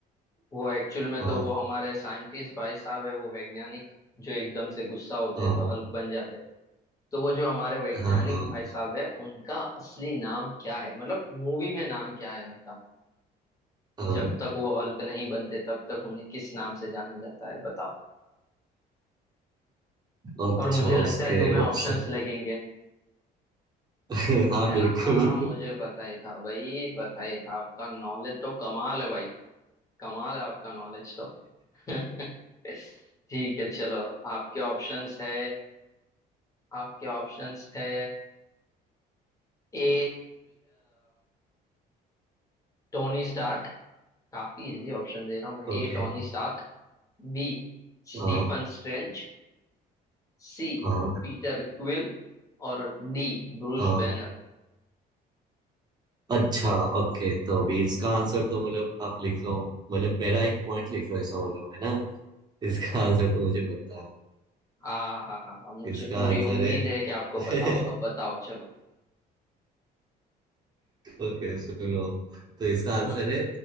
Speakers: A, on the left; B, on the right.
A: वो एक्चुअल में
B: हाँ
A: तो वो हमारे साइंटिस्ट भाई साहब है वो वैज्ञानिक जो एकदम से गुस्सा होते
B: हाँ
A: हैं तो हल्क बन जाते हैं तो वो जो हमारे वैज्ञानिक
B: हाँ हाँ हाँ,
A: भाई साहब है उनका असली नाम क्या है मतलब मूवी में नाम क्या है उनका
B: हाँ,
A: जब तक वो हल्क नहीं बनते तब तक उन्हें किस नाम से जाना जाता है बताओ
B: अच्छा
A: और मुझे लगता
B: उसके
A: है तुम्हें ऑप्शंस
B: ऑप्शन
A: लगेंगे
B: <laughs> हाँ
A: है
B: बिल्कुल
A: ना हाँ मुझे पता ही था भाई पता ही था आपका नॉलेज तो कमाल है भाई कमाल है आपका नॉलेज तो <laughs> ठीक है चलो आपके ऑप्शंस है आपके ऑप्शंस है A Tony Stark काफी इजी ऑप्शन दे रहा हूं मैं
B: ओके
A: A Tony Stark B Stephen
B: हाँ
A: Strange C
B: हाँ
A: Peter Quill और डी ब्रूस
B: हाँ
A: बैनर
B: अच्छा ओके तो अभी इसका आंसर तो मतलब आप लिख लो मतलब मेरा एक पॉइंट लिख लो ऐसा बोल रहे हो है ना इसका आंसर तो मुझे पता है
A: आ हा हा हा मुझे
B: इसका
A: पूरी
B: आंसर
A: उम्मीद है कि
B: है
A: आपको पता होगा
B: <laughs>
A: बताओ चलो
B: ओके सुनो तो इसका आंसर
A: हम्म
B: है